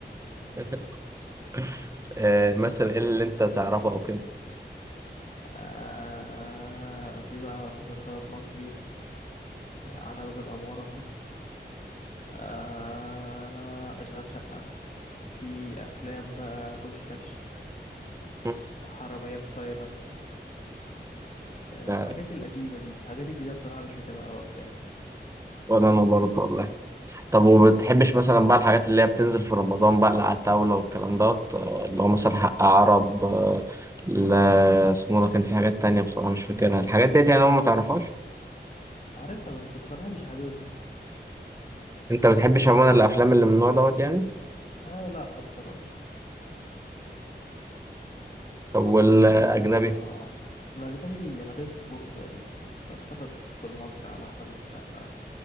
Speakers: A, on the right; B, on the left.
A: <laughs> آه، مثلا ايه اللي انت تعرفه او كده
B: آه في بقى مسلسلات مصري آه، على باب العماره آه اشغال شقه في افلام بقى بوشكاش
A: مم.
B: حراميه في تايلاند آه
A: لا،
B: الحاجات القديمه دي الحاجات الجديده بصراحه مش متابعه او افلام
A: ولا انا برضه والله طب وبتحبش مثلا بقى الحاجات اللي هي بتنزل في رمضان بقى اللي على الطاوله والكلام دوت آه، اللي هو مثلا حق عرب آه، لا اسمه ده كان في حاجات تانية بصراحه مش فاكرها الحاجات ديت يعني هو ما تعرفهاش
B: عارفها بس بصراحه مش حاببها
A: انت بتحبش عموما الافلام اللي من النوع دوت يعني
B: آه لا بصراحه
A: طب والاجنبي
B: اتفرج يا اسطى ع- الأجنبي أنا دايس في كله تقريبا بس أتفرج في المصري على أحمد السقا